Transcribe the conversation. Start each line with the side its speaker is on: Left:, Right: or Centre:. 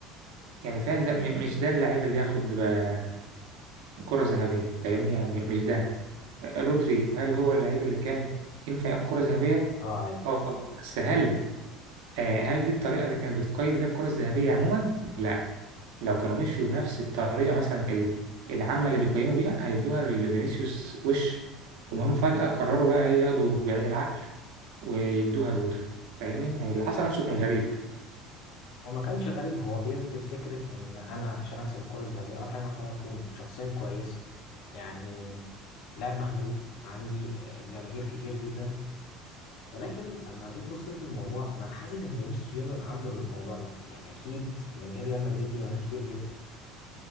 Right: يعني فاهم ده م- مش ده اللاعب اللي ياخد ب- كرة ذهبية فاهمني يعني م- مش ده رودري هل هو اللاعب اللي كان ينفع ياخد كرة ذهبية؟
Left: اه عادي
Right: اه بس هل آه، هل دي الطريقة اللي كانت بتقيم بيها الكرة الذهبية عموما؟ لا لو كانوا مشيوا بنفس الطريقة مثلا ال- العامة اللي بيقيموا بيها هيدوها لفينيسيوس وش وهم فجأة قرروا بقى إيه ياخدوا بعين العقل ويدوها لرودري فاهمني؟ يعني اللي حصل نفسه كان غريب
Left: هو ما كانش غريب هو بيثبت فكرة ان انا عشان اكسب الكرة الذهبية اول حاجة محتاج اكون شخصيا كويس يعني لاعب محبوب عندي آه، جماهير كتير جدا ولكن لما جيت بصيت للموضوع ما انا حاسس ان فينيسيوس جونيور عنده الموضوع ده يعني اكيد جماهير ريال مدريد دي جماهير كتير جدا